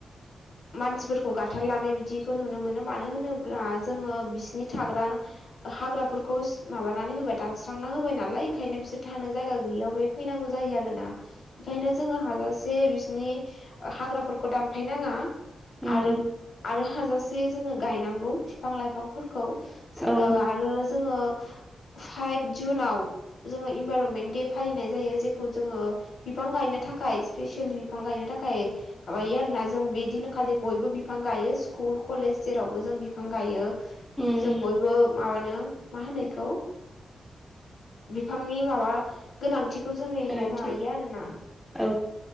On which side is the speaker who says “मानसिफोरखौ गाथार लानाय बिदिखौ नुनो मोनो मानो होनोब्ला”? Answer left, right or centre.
Left